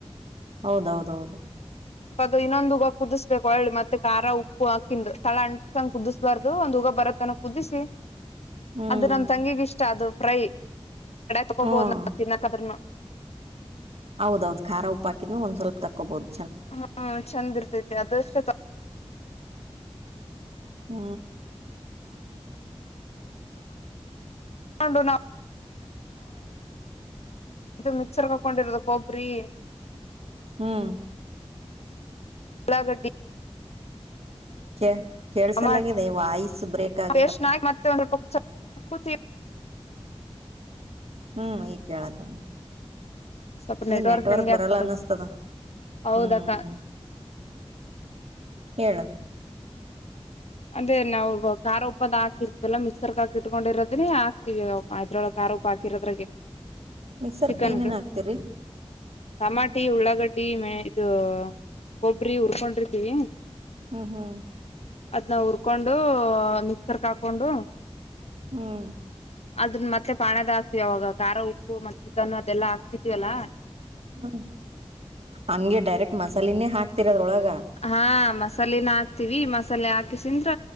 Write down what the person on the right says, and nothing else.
ಹೌದೌದೌದು
ಹ್ಮ್
ಹ್ಮ್
ಹೌದೌದು ಖಾರ ಉಪ್ಪ ಹಾಕಿದ್ೆ ಒಂದ್ ಸ್ವಲ್ಪ ತಕ್ಕೊಬಹೋದು
ಹ್ಮ
ಹ್ಮ್
ಕೆ ಕೇಳ್ಸಲಾಗಿದೆ
ವಾಯ್ಸ್ ಬ್ರೇಕ್ ಆಗಕತ್ತ
ಹ್ಮ್ ಈ ಕೇಳದ
ಅದ್ರ ನೆಟ್ವರ್ಕ್
ಬರಲ್ಲ
ಅನ್ನಸ್್ತದ
ಹ್ಮ್ ಹೇಳಳು
ಮಿಕ್ಸರ್ಕ್
ಏನೇನ್ ಹಾಕ್ತಿರಿ
ಹ್ಮ್ ಹ್ಮ್
ಹ್ಮ್
ಹ್ಮ ಹಂಗೆ ಡೈರೆಕ್ಟ್ ಮಸಾಲೆಿನೇ ಹಾಕ್ತಿರದ್ರೊಳಗ